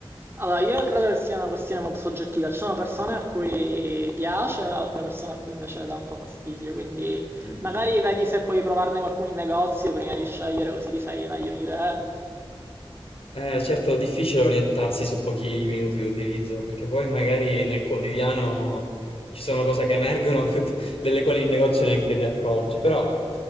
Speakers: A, on the right; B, on the left.
A: Allora, io credo che sia una questione molto soggettiva. Ci sono persone a cui piace, alcune persone a cui invece dà un po' fastidio. Quindi
B: Mm.
A: magari vedi se puoi provarne qualcuno in negozio prima di scegliere, così ti fai meglio un'idea.
B: Eh, certo, difficile orientarsi su pochi minuti di utilizzo, perché poi magari nel quotidiano ci sono cose che emergono <laughs> delle quali in negozio neanche ti accorgi, però